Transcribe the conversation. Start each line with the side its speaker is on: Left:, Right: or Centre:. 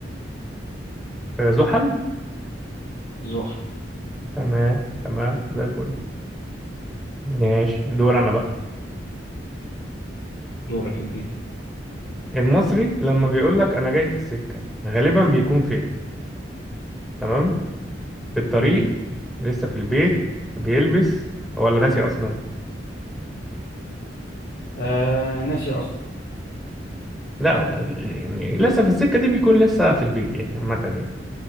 Centre: آه، زحل
Left: زحل
Centre: تمام تمام زي الفل ماشي دور انا بقى
Left: دورك يا كبير
Centre: المصري لما بيقول لك انا جاي في السكة غالبا بيكون فين تمام في الطريق
Left: مم.
Centre: لسه في البيت بيلبس ولا ناسي اصلا
Left: آه ناسي أصلا
Centre: لا هو يعني لسه في السكة دي بيكون لسه في البيت يعني عامة يعني